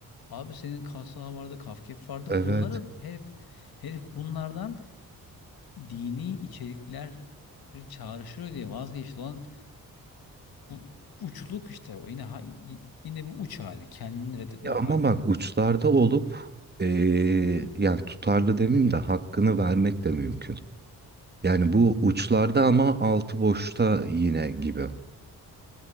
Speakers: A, on the left; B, on the right.
A: Abi senin kasla vardı, Kafkef vardı.
B: Evet.
A: Bunları herif herif bunlardan dini içerikleri çağrıştırıyor diye vazgeçti olan bu uçluk işte. O yine ha- yine bu uç hali, kendini reddetme
B: Ya ama
A: hali.
B: bak uçlarda olup eee, yani tutarlı demeyeyim de hakkını vermek de mümkün. Yani bu uçlarda ama altı boşta yine gibi.